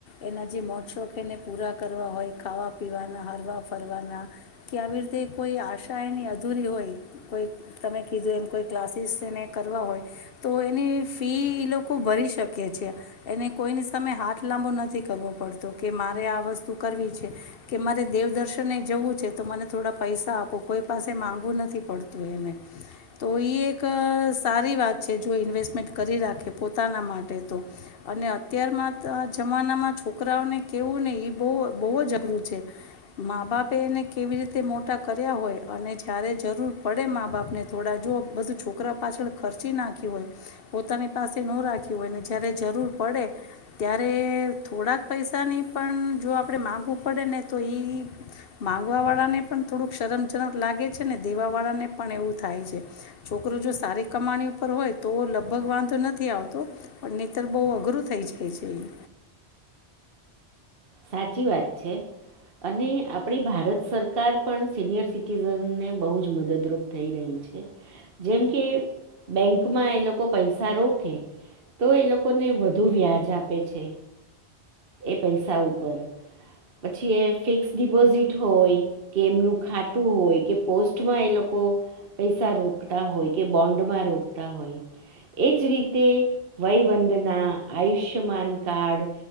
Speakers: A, on the left; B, on the right.
A: એના જે મોજ શોખ એને પૂરા કરવા હોય ખાવા પીવાના, હરવા ફરવાના કે આવી રીતે કોઈ આશા એની અધૂરી હોય કોઈ તમે કીધું એમ કોઈ ક્લાસીસ એને કરવા હોય તો એની ફી ઈ લોકો ભરી શકે છે એને કોઈની સામે હાથ લાંબો નથી કરવો પડતો કે મારે આ વસ્તુ કરવી છે કે મારે દેવદર્શન એ જવું છે તો મને થોડા પૈસા આપો કોઈ પાસે માગું નથી પડતું એને તો ઈ એક સારી વાત છે જો ઇન્વેસ્ટમેન્ટ કરી રાખે પોતાના માટે તો અને અને અત્યારમાં જમાનામાં છોકરાઓને કેવું ને એ બહુ, બહુ જ અઘરું છે મા-બાપ એને કેવી રીતે મોટા કર્યા હોય અને જ્યારે જરૂર પડે મા-બાપને થોડા જો બધું છોકરા પાછળ ખર્ચી નાખ્યું હોય પોતાની પાસે ન રાખ્યું હોયને જ્યારે જરૂર પડે ત્યારે થોડાક પૈસાની પણ જો આપણે માગવું પડે ને તો ઈ માંગવાવાળા ને પણ થોડુંક શરમજનક લાગે છે ને દેવાવાળાને પણ એવું થાય છે છોકરો જો સારી કમાણી પર હોય તો લગભગ વાંધો નથી આવતો પણ નહીતર બહુ અઘરું થઈ જાય છે ઈ
B: સાચી વાત છે અને આપણી ભારત સરકાર પણ સિનિયર સિટીઝનને બહુ જ મદદરૂપ થઈ રહી છે જેમ કે બેંકમાં એ લોકો પૈસા રોકે તો એ લોકોને વધુ વ્યાજ આપે છે એ પૈસા ઉપર, પછી એ ફિક્સ ડિપોઝિટ હોય કે એમનું ખાતું હોય કે પોસ્ટમાં એ લોકો પૈસા રોકતા હોય કે બોન્ડ માં રોકતા હોય એજ રીતે વહીવંદના, આયુષ્યમાન કાર્ડ